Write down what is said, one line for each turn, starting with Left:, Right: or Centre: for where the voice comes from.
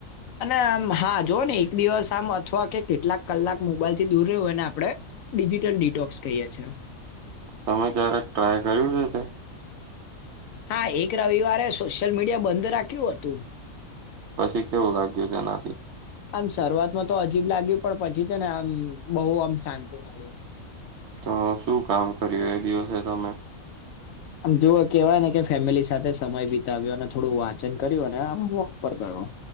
Left: અને આમ હા જોઓ ને એક દિવસ આમ અથવા કે કેટલાક કલાક મોબાઈલ થી દૂર રહ્યુંને આપડે ડિજિટલ ડિટોક્સ કહીએ છીએ
Right: તમે ક્યારેક ટ્રાય કર્યું છે તે
Left: હા એક રવિવારે સોશિયલ મીડિયા બંધ રાખ્યું હતું
Right: પછી કેવું લાગ્યું તેનાથી
Left: આમ શરૂઆતમાં તો હજીબ લાગ્યું પણ પછી છે ને આમ બહુ આમ શાંતિ મળ્યું
Right: તો શું કામ કર્યું એ દિવસે તમે
Left: આમ જો કહેવાય ને કે ફેમિલી સાથે સમય બિતાવ્યો થોડું વાંચન કર્યું ને આમ વક પર કરો